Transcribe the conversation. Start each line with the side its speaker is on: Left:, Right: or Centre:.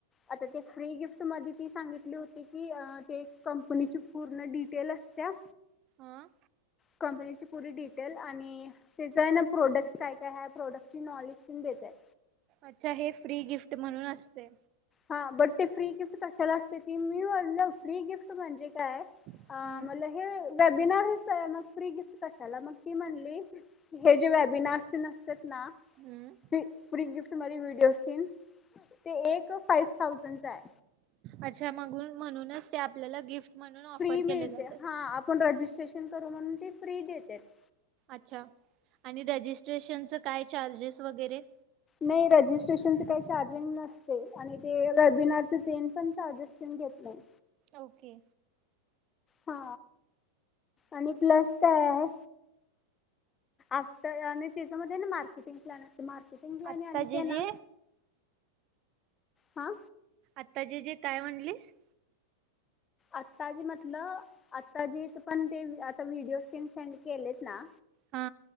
Left: आता ती फ्री गिफ्ट मध्ये सांगितली होती की कंपनी पूर्ण डिटेल असते.
Right: आ
Left: कंपनीची पुरी डिटेल आणि त्याचा आहे ना प्रोडक्ट् काय काय आहे प्रोडक्टची नॉलेज पण देतात.
Right: अच्छा हे फ्री गिफ्ट म्हणून असते.
Left: हा बट ते फ्री गिफ्ट कशाला असते ती मी फ्री गिफ्ट म्हणजे म्हणलं
Right: हम्म.
Left: हे वेबिनार मग फ्री गिफ्ट कशाला मग ती म्हणली हे जे वेबिनारस ना असत्यात ना
Right: हम्म
Left: ते फ्री गिफ्ट तुम्हारी व्हिडिओ असतील ते फाईव थाउजंड आहे.
Right: अच्छा मगून म्हणूनच ते आपल्याला गिफ्ट म्हणून ऑफर
Left: फ्री
Right: केले
Left: मिळते
Right: जातात.
Left: हा आपण रजिस्ट्रेशन आपण करू म्हणून ते फ्री देत्यात-
Right: अच्छा आणि रजिस्ट्रेशनच काय चार्जेस वगैरे-
Left: नाही रजिस्ट्रेशन काही चार्जिंग नसते आणि ते रेबिनार पण चार्जेस घेत नाही.
Right: ओके
Left: हा आणि प्लस काय आहे असतय आणि त्याच्यामधे न मार्केटिंग प्लान आहे. मार्केटिंग प्लान
Right: आता
Left: आणिक
Right: जे
Left: आहे ना
Right: जे
Left: हा
Right: आता जे जे काय म्हणलीस?
Left: आताजी म्हटल आताजी पण ते आता व्हिडिओ सेंड केलेत ना
Right: हा